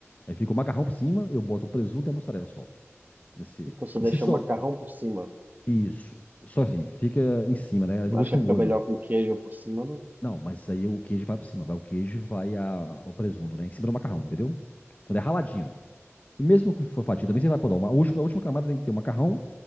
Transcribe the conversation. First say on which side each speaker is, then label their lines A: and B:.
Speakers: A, on the left; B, on the right.
A: Aí fica o macarrão por cima, eu boto o presunto e a mussarela só. Nesse...
B: Então você deixa
A: E se só.
B: o macarrão por cima.
A: Isso. Só assim, fica em cima, né? No
B: Acha
A: último
B: que
A: molho.
B: fica melhor com queijo por cima, não?
A: Não, mas aí o queijo vai por cima, vai o queijo vai a... o presunto, né? Em cima do macarrão, entendeu? Quando é raladinho. E mesmo que for fatia, também você vai podar. Uma, a, última, a última camada tem que ter o macarrão,